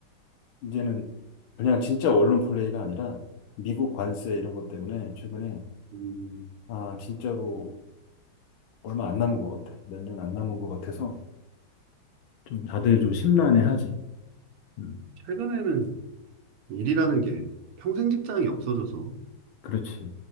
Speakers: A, on the left; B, on the right.
A: 이제는 그냥 진짜 언론 플레이가 아니라 미국 관세 이런 것 때문에 최근에
B: 음.
A: 아 진짜로 얼마 안 남은 것 같아. 몇 년 안 남은 것 같아서 좀 다들 좀 심란해하지. 음,
B: 최근에는 일이라는 게 평생 직장이 없어져서.
A: 그렇지.